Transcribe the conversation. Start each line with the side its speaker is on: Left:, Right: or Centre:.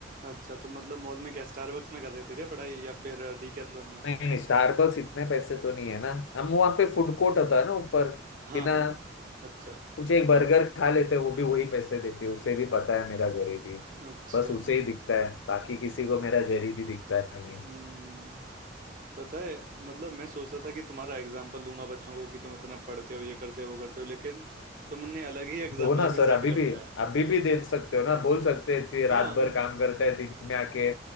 Right: अच्छा तो मतलब मॉल में क्या स्टारबक्स में कर रहे थे क्या पढ़ाई या फिर डीकैथलॉन में
Left: नहीं नहीं स्टारबक्स इतने पैसे तो नहीं है ना हम वहाँ पे फूड कोर्ट होता है ना ऊपर
Right: हाँ
Left: बिना
Right: हाँ अच्छा
Left: कुछ एक बर्गर खा लेते हैं वो भी वही पैसे देते हैं उसे भी पता है मेरा गरीबी
Right: अच्छा
Left: बस उसे ही दिखता है बाकी किसी को मेरा गरीबी दिखता नहीं है
Right: हम्म पता है मतलब मैं सोचता था कि तुम्हारा एग्जाम्पल दूंगा बच्चों को कि तुम इतना पढ़ते हो ये करते हो वो करते हो लेकिन तुमने अलग ही एग्जाम्पल
Left: हो ना
Right: अभी
Left: सर
Right: सेट
Left: अभी
Right: कर
Left: भी
Right: दिया
Left: अभी
Right: है
Left: भी दे सकते हो ना बोल सकते हैं कि रात
Right: हाँ
Left: भर
Right: हाँ।
Left: काम करता है दिन में आके